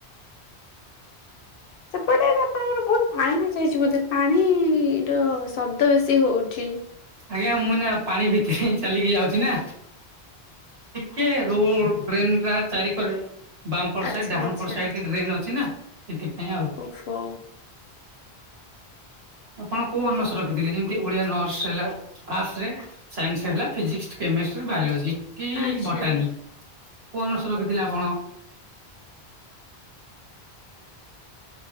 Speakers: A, on the left (about 65°); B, on the right (about 70°).
A: ସେପଟେ ଆପଣଙ୍କ ଗୋଟେ ବହୁତ ମାଣି ମିସେଇଛି ବୋଧେ। ପାଣି ଇର ଶବ୍ଦ ବେଶୀ ହୋଉଚି।
B: ଆଜ୍ଞା ମୁଁ ଏଇନା ପାଣି ଭିତରେ ଚାଲିକି ଯାଉଚି ନା। ଟିକେ ରୋଡ ଡ୍ରେନ ଟା ଚାରି ପାଗେ। ବାମପଡ
A: ଆଚ୍ଛା
B: ସାଇଡି ଡାହାଣ
A: ଆଚ୍ଛା
B: ସାଇଡ ଡ୍ରେନ ଅଛିନା ସେଥିପାଇଁ ଆଉ।
A: ଫୋ
B: ଆପଣ କୋଉ ଅନର୍ସ ରଖିଥିଲେ? ଯେମତି ଓଡିଆ ନର୍ସ ହେଲା ଆର୍ଟସ୍ ରେ। ସାଇନ୍ସ ହେଲା ଫିଜିକ୍ସ, କେମିଷ୍ଟ୍ରି, ବାୟୋଲୋଜି। କି
A: ଆଚ୍ଛା
B: ବଟାନୀ କୋଉ ଅନର୍ସ ରଖିଥିଲେ ଆପଣ?